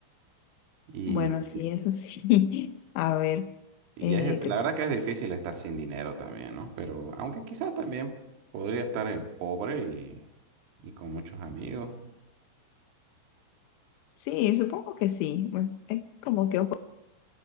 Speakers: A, on the right; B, on the left.
A: Y,
B: Bueno, sí, eso sí. <laughs> A ver,
A: Y
B: eh,
A: es,
B: te
A: la
B: toca.
A: verdad que es difícil estar sin dinero también, ¿no? Pero aunque quizás también podría estar eh, pobre y, y con muchos amigos.
B: Sí, supongo que sí. Bueno, es como que un, po-